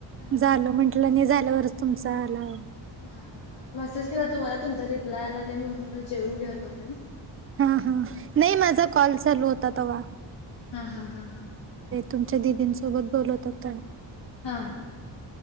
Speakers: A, on the left (about 70°); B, on the right (about 30°).
A: हा
B: झाल
A: हा
B: म्हटल मी झाल्यावरच तुमचा आलय
A: हा-हा मेसेज केला तुम्हाला, तुमचा रिप्लाय आला नाही म्हणून जेऊन घ्या तोपर्यंत
B: हा-हा, नाही माझा कॉल चालू होता तेव्हा
A: हा-हा-हा-हा
B: तुमच्या दिदीन सोबत बोलत होत
A: हा,